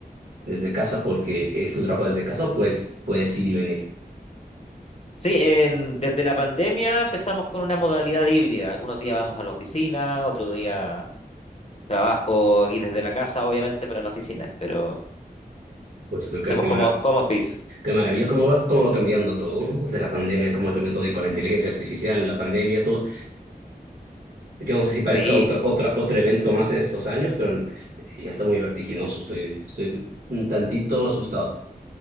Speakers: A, on the right; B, on the left.
A: desde casa porque es tu trabajo desde casa o puedes, puedes ir y venir.
B: Sí, en- desde la pandemia empezamos con una modalidad híbrida. Algunos días vamos a la oficina, otro día trabajo aquí desde la casa, obviamente, para la oficina, pero
A: Pues qué,
B: hacemos
A: qué, mara-
B: home, home office.
A: qué maravilla, cómo va, cómo va cambiando todo, ¿no? Desde la pandemia, cómo ha cambiado todo y con la inteligencia artificial, la pandemia, todo. Yo no sé si parezca
B: Sí,
A: otra, otra, otro evento más en estos años, pero este, ya está muy vertiginoso, estoy, estoy un tantito asustado.